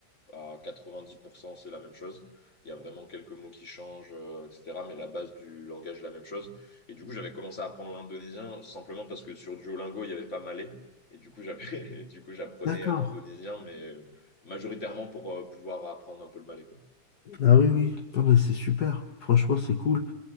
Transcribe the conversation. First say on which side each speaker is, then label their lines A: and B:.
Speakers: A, on the left; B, on the left.
A: euh, à 90%, c'est la même chose. Il y a vraiment quelques mots qui changent, euh, etc. Mais la base du langage est la même chose. Et du coup, j'avais commencé à apprendre l'indonésien simplement parce que sur Duolingo, il n'y avait pas malais. Et du coup, j'avais, <laughs> et du coup, j'apprenais
B: D'accord.
A: l'indonésien, mais majoritairement pour euh, pouvoir apprendre un peu le malais.
B: Ah oui, oui. Non, mais c'est super. Franchement, c'est cool.